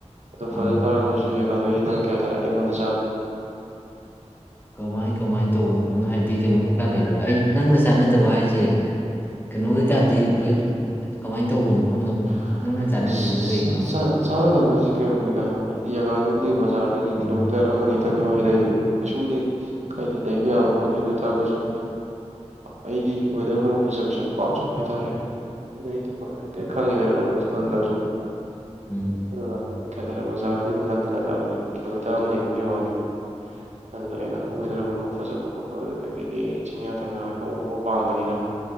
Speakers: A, on the right; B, on the left.
A: ꯑꯣ
B: ꯑꯥ
A: ꯐꯖ ꯇꯔꯒꯁꯨ ꯑꯗꯩ ꯑꯩꯅ <unintelligible> ꯑꯩꯉꯣꯟ
B: ꯀꯃꯥꯏ ꯀꯃꯥꯏꯅ ꯇꯧꯕ ꯃꯐꯝꯅꯣ ꯍꯥꯏꯗꯤ ꯀꯩꯅꯣ ꯀꯩꯀꯥ ꯂꯩꯕ ꯑꯩ ꯅꯪꯅ ꯆꯥꯟꯅꯗꯕ ꯍꯥꯏꯁꯦ ꯀꯩꯅꯣ ꯀꯩꯀꯥꯗꯤ ꯂꯣꯏ ꯀꯃꯥꯏꯅ ꯇꯧꯕ ꯃꯐꯝꯅꯣꯕ
A: <unintelligible>
B: ꯅꯪꯅ ꯆꯥꯟꯅꯗ꯭ꯔꯤꯁꯤꯅ ꯀꯩꯒꯤꯅꯣꯕ
A: ꯀꯪꯅꯣꯅꯤꯗ ꯌꯥꯒꯥꯗꯨ ꯕꯖꯥꯔꯗꯒꯤ
B: ꯎꯝ
A: ꯀꯤꯂꯣꯃꯤꯇꯔ ꯑꯃꯅꯤ ꯈꯤꯇꯅꯦꯕ ꯍꯥꯏꯗꯔꯤꯗꯣ ꯀꯩꯁꯨꯕꯨꯗꯤ ꯀꯥꯏꯗꯦ ꯂꯩꯕ ꯌꯥꯕ ꯃꯐꯝꯅꯤ ꯑꯗꯨ ꯑꯣꯏ ꯇꯥꯔꯒꯁꯨ ꯑꯩꯒꯤ ꯋꯦꯗꯔꯒꯨꯝꯕ ꯐꯖꯕꯁꯤ ꯌꯥꯝ ꯄꯥꯝꯖꯕ ꯍꯥꯏꯇꯥꯔꯦ ꯈꯪꯉꯤꯗꯅ <unintelligible>
B: ꯎꯝ
A: ꯑꯗꯨꯅ <unintelligible> <unintelligible> ꯂꯠꯂꯕꯅꯦꯕ ꯀꯤꯂꯣꯃꯤꯇꯔ ꯑꯃꯅꯤꯈꯛꯀꯤ ꯋꯥꯅꯦꯕ ꯑꯗꯨꯗ ꯑꯩꯅ ꯋꯦꯗꯔꯒꯨꯝꯕ ꯐꯖꯕ ꯈꯣꯠꯄ ꯑꯗꯨꯗꯒꯤꯗꯤ ꯆꯤꯡꯌꯥ ꯇꯝꯌꯥꯒ ꯈꯎꯕ ꯄꯥꯝꯕꯅꯤꯅ